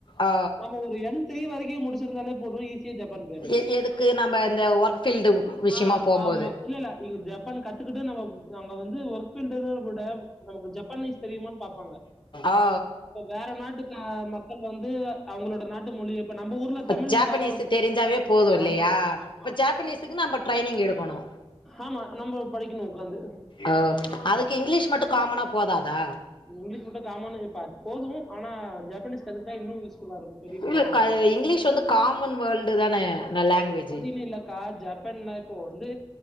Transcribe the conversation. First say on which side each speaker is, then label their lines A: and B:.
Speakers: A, on the left; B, in the centre.
A: ஆ
B: நம்ம ஒரு என் த்ரீ வரைக் கி முடிச்சிருந்தாலே போது ஈஸ் ஸியா ஜப்பான் போயிடலா
A: எ எதுக்கு நம்ம இந்த ஒர்க் ஃபீல்டு விஷயமா
B: ஆ
A: போம்போது
B: ஆமா இல்ல இல்ல இங்க ஜப்பான் கத்துக்கிட்டு நம்ம நா அங்க வந்து வொர்க்ஃபீல்டாதா மூடம் நமக்கு ஜப்பானீஸ் தெரியுமான் பாப்பாங்க
A: ஆ
B: இப்ப வேற நாட்டுக் க மக்கள் வந்து அவுங்களோட நாட்டு மொழிய இப்ப நம்ம ஊர்ல
A: இப்ப
B: தமிழ்
A: ஜாப்பனீஸ்
B: வேற ஒரு
A: தெரிஞ்சாவே போது இல்லையா
B: ஆமா ஆமா
A: இப்ப ஜாப்பனீஸுக்கு நம்ம ட்ரைனிங் எடுக்கணு
B: ஆமா நம்ம படிக்கணும் உக்காந்து
A: ஆ அதுக்கு இங்கிலீஷ் மட்டு காமனா போதாதா
B: இங்கிலீஷ் கூட காமன்னு இப்ப போது ஆனா ஜாப்பனீஸ் கத்துக்குட்ட இன்னு யூஸ்ஃபுல்லாருக்கு பெரிய பெரிய
A: இல்ல
B: எடத்துக்கு
A: க
B: <unintelligible>
A: இங்கிலீஷ் வந்து காமன் வேர்ல்டு தான லாங்குவேஜு
B: அப்படினு இல்லக்கா ஆ ஜப் இப்பன்னா இப்போ வந்து